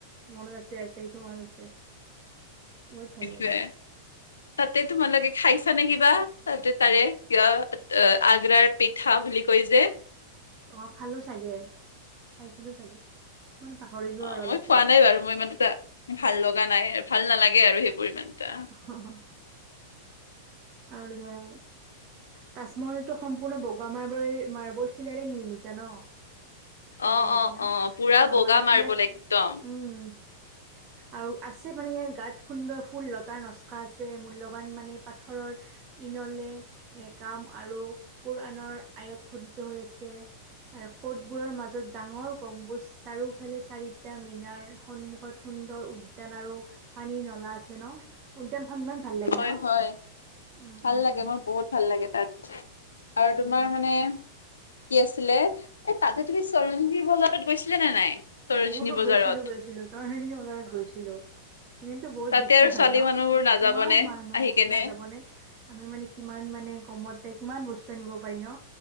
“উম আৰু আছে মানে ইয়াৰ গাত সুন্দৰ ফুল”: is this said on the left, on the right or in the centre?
Right